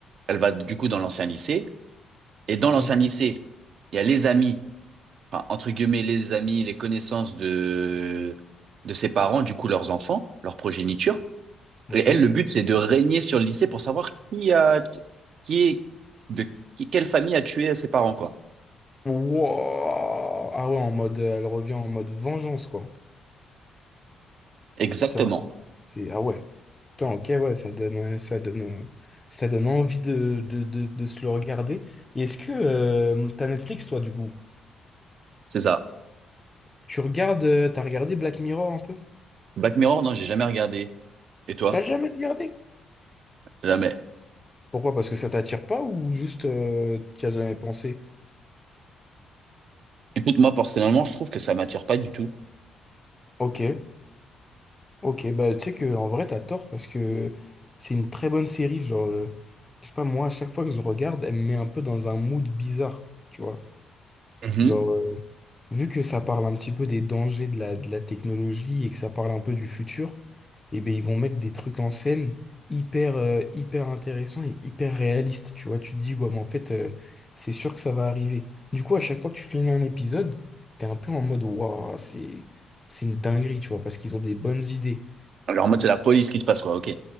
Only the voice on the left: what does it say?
Ok.
Ok.
Wow. Ah ouais, en mode, euh, elle revient en mode vengeance, quoi.
Tiens, c'est, ah ouais. Putain, ok, ouais, ça donne, euh, ça donne, euh, ça donne envie de, de, de, de se le regarder. Et est-ce que, euh, t'as Netflix, toi, du coup?
Tu regardes, euh, t'as regardé Black Mirror un peu?
T'as jamais regardé?
Pourquoi? Parce que ça t'attire pas ou juste euh, t'y as jamais pensé?
Ok, ok, bah tu sais que en vrai t'as tort parce que c'est une très bonne série, genre euh, je sais pas moi, à chaque fois que je regarde, elle me met un peu dans un mood bizarre, tu vois.
Genre vu que ça parle un petit peu des dangers de la, de la technologie et que ça parle un peu du futur, eh ben ils vont mettre des trucs en scène hyper, euh, hyper intéressants et hyper réalistes. Tu vois, tu te dis, ouais, mais en fait, euh, c'est sûr que ça va arriver. Du coup, à chaque fois que tu finis un épisode, t'es un peu en mode, waouh, c'est, c'est une dinguerie, tu vois, parce qu'ils ont des bonnes idées.